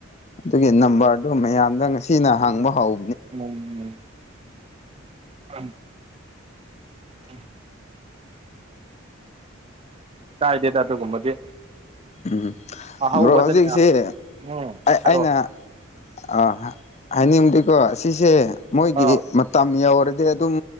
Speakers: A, on the left; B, on the right.
A: ꯑꯗꯨꯒꯤ ꯅꯝꯕꯔꯗꯨ ꯃꯌꯥꯝꯗ ꯉꯁꯤꯅ ꯍꯪꯕ ꯍꯧ
B: ꯎꯝ ꯑꯍꯝ <unintelligible> ꯀꯥꯏꯗꯦꯗ ꯑꯗꯨꯒꯨꯝꯕꯗꯤ
A: ꯎꯝ
B: ꯑꯍꯧꯕꯗꯅꯦ
A: ꯕ꯭ꯔꯣ ꯍꯧꯖꯤꯛꯀꯤꯁꯦ
B: ꯎꯝ
A: ꯑꯩ
B: ꯍꯥꯏꯔꯛꯑꯣ
A: ꯑꯩꯅ ꯑꯥ ꯍꯥꯏꯅꯤꯡꯕꯗꯤꯀꯣ ꯑꯁꯤꯁꯦ ꯃꯣꯏꯒꯤ
B: ꯑꯥ
A: ꯇꯝ ꯌꯧꯔꯗꯤ ꯑꯗꯨꯝ